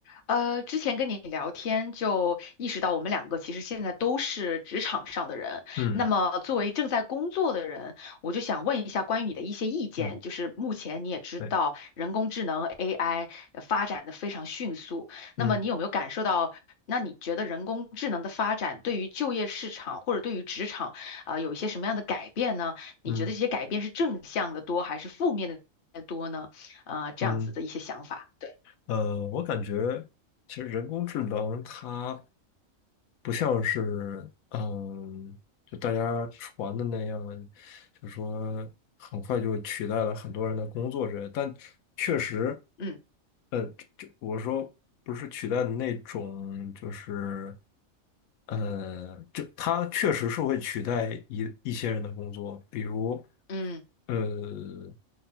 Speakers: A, on the left (about 45°); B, on the left (about 80°).
A: 呃，之前跟你聊天就意识到，我们两个其实现在都是职场上的人。
B: 嗯
A: 那么，作为正在工作的人，我就想问一下关于你的一些意见。
B: 嗯，
A: 就是目前你也知道，
B: 对，
A: 人工智能 AI 呃发展的非常迅速。那么，
B: 嗯
A: 你有没有感受到？那你觉得人工智能的发展对于就业市场或者对于职场，啊，有一些什么样的改变呢？你觉得这些改变是正向的多还是负面的多呢？
B: 嗯
A: 呃，这样子的一些想法。
B: 嗯，
A: 对，
B: 呃，我感觉其实人工智能它不像是嗯，就大家传的那样，就说很快就取代了很多人的工作之类的但确实，
A: 嗯
B: 呃，就这我说不是取代的那种，就是。呃，就它确实是会取代一一些人的工作，比如，
A: 嗯
B: 呃，